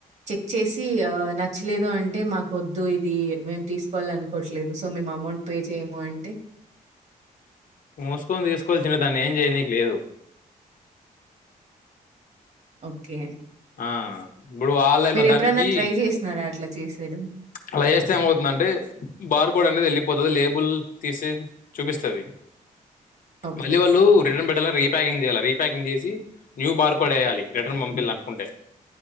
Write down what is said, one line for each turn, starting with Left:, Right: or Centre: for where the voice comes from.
Right: చెక్ చేసి ఆ నా నచ్చలేదు అంటే మాకు వద్దు ఇది మేం తీస్కోవాల్ అన్కోట్లేదు సో మేం అమౌంట్ పే చేయము అంటే
Left: ముస్కోని తీస్కోవల్సిన దాన్ని ఏం చేయనికి లేదు
Right: ఓకే
Left: ఆ ఇప్పుడు ఆన్లైన్
Right: మీరెప్పుడైనా
Left: లో దానికి
Right: ట్రై చేసినారా అట్లా తీసేడం
Left: అలా చేస్తే ఏమౌతుందంటే బార్ కోడ్ అనేది ఎళ్ళిపోతది లేబుల్ తీసి చూపిస్తది
Right: ఓకే.
Left: మళ్ళీ వాళ్ళు రిటర్న్ పెట్టలా రీప్యాకింగ్ చేయాలా రీ ప్యాకింగ్ చేసి న్యూ బార్ ఏయాలి రిటర్న్ పంపిలనుకుంటే